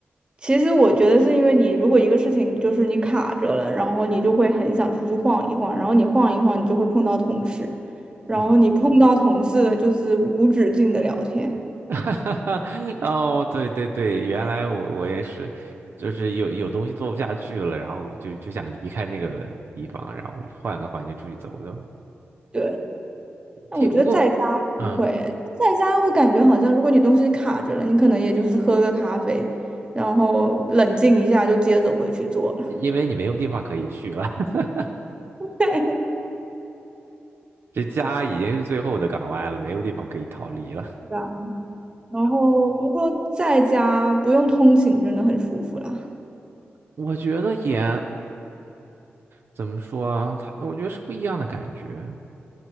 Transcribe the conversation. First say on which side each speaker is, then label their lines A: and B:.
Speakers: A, on the right; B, on the right.
A: 其实我觉得是因为你，如果一个事情就是你卡着了，然后你就会很想出去晃一晃，然后你晃一晃，你就会碰到同事，然后你碰到同事的就是无止境的聊天。
B: 哦，<laughs> 哦，对对对，原来我我也是，就是有有东西做不下去了，然后就就想离开那个地方，然后换个环境出去走走。
A: 对，但我觉得在家不会诶，
B: 听，不过嗯，
A: 在家我感觉好像如果你东西卡着了，你可能也就是喝个咖啡，然后冷静一下就接着回去做了。
B: 因为你没有地方可以去了，<laughs>
A: <laughs>
B: 这家已经是最后的港湾了，没有地方可以逃离了。
A: 对然后不过在家不用通勤，真的很舒服啦。
B: 我觉得也怎么说，他我觉得是不一样的感觉。